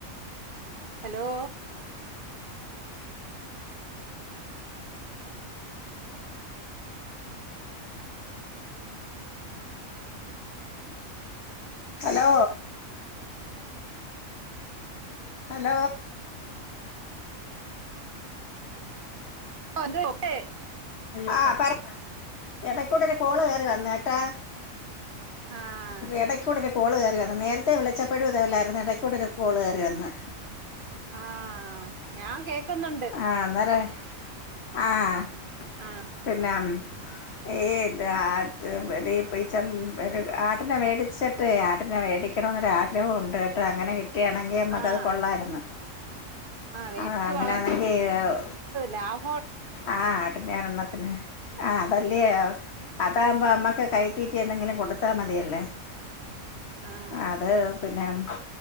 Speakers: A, on the right (about 45°); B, on the left (about 55°).
A: ഹലോ.
B: ഹലോ. ഹലോ.
A: എന്ത് കേ
B: ആ പർ എടക്. ഇപ്പൊടനെ. കോള് കേറി വന്ന്ട്ടാ.
A: ആഹ്
B: എടയ്ക്കൂടെകെ. കോള് കേറി വര്ന്ന് നേരത്തെ വിളിച്ചപ്പോഴും ഇതെല്ലായിരുന്നു. എടയ്ക്കൂടെകെ കോള് കേറി വന്ന്.
A: ആഹ് ഞാൻ കേക്ക്ന്നുണ്ട്..
B: ആ. അന്നേരേ. ആഹ്..
A: ആഹ്
B: പിന്നെ ഉം ഏയ്ത്. ആ. ആത്. വടിം പെ ച്ചം ആട്ടിനെ മേടിച്ച്. ട്ടേ. ആട്ടിനെ മേടിക്കണമെന്നൊരുരാഗ്രഹോണ്ട് കേട്ട അങ്ങനെ കിട്ടിയാണെങ്കി നമക്കത്
A: ആഹ്
B: കൊള്ളാര്ന്നു..
A: വേടിച്ച്
B: ആഹ്. അങ്ങനാന്നെങ്കി
A: വളർത്ത്
B: ഹെവു.
A: ലാഭമുണ്ട്
B: ആഹ് ആട്ടിനാ ഇള്ളത്.. ആഹ് അതെല്ലേ ആ. അതാവുമ്പോ അമ്മക്ക് കൈത്തീറ്റി എന്തെങ്കിലും കൊടുത്താ മതിയല്ലേ.
A: ആഹ്
B: അത്. പിന്നേം.